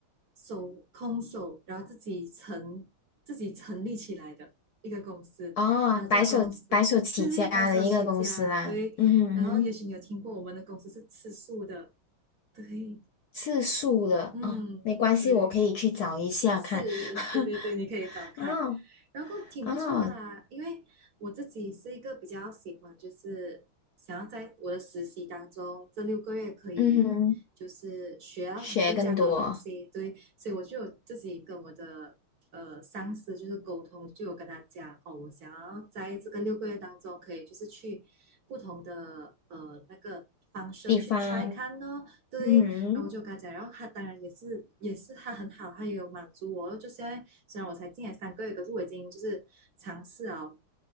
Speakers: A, on the right; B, on the left.
A: 手空手，然后自己成自己成立起来的一个公司，
B: 哦，
A: 然后这个公司这是白手起家，
B: 白手白手起家的一个公司啦，
A: 对，
B: 嗯哼哼，
A: 然后也许你有听过我们的公司是吃素的，对，
B: 次数的啊哦，
A: 嗯，
B: 没关系，
A: 对，
B: 我可以去找一下看。
A: 是，
B: <laughs>
A: 对对对，你可以找看，
B: 哦
A: 然后挺不错啦。
B: 哦，
A: 因为我自己是一个比较喜欢，就是想要在我的实习当中，这六个月可以就是学到更加多东西，
B: 嗯哼，学更多
A: 对，所以我就有自己跟我的呃上司就是沟通，就有跟他讲，哦，我想要在这个六个月当中，可以就是去不同的呃那个。方生去
B: 地方，
A: try 看哦，对，
B: 嗯哼，
A: 然后我就跟他讲，然后他当然也是也是他很好，他也有满足我。就现在虽然我才进来三个月，可是我已经就是尝试了，